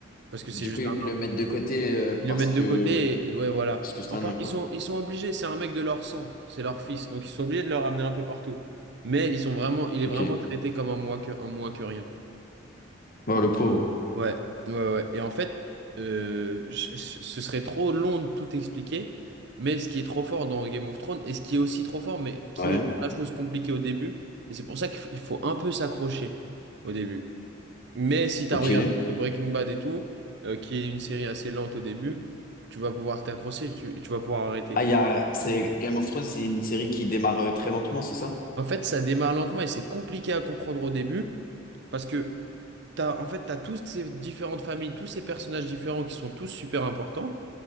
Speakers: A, on the right; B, on the left.
A: parce que c'est
B: Du
A: juste
B: coup, ils
A: un
B: le
A: nain.
B: mettent de côté euh,
A: Ils
B: parce
A: le mettent
B: que
A: de côté et, et ouais, voilà.
B: parce que c'est
A: Enfin,
B: un nain, quoi.
A: ils sont, ils sont obligés, c'est un mec de leur sang, c'est leur fils, donc ils sont obligés de le ramener un peu partout. Mais ils sont vraiment, il est
B: Ok.
A: vraiment traité comme un moins que, un moins que rien.
B: Bon, le pauvre.
A: Ouais, ouais, ouais. Et en fait, euh, je- je- ce serait trop long de tout expliquer, mais ce qui est trop fort dans Game of Thrones, et ce qui est aussi trop fort, mais qui
B: Ouais.
A: rend la chose compliquée au début, et c'est pour ça qu'il f- il faut un peu s'accrocher au début. Mais si tu
B: Ok.
A: as regardé euh, Breaking Bad et tout, euh, qui est une série assez lente au début, tu vas pouvoir t'accrocher tu- et tu vas pouvoir arrêter.
B: Ah, il y a... c'est Game of Thrones, c'est une série qui démarre euh, très lentement, c'est ça?
A: En fait, ça démarre lentement et c'est compliqué à comprendre au début, parce que t'as, en fait, t'as toutes ces différentes familles, tous ces personnages différents qui sont tous super importants.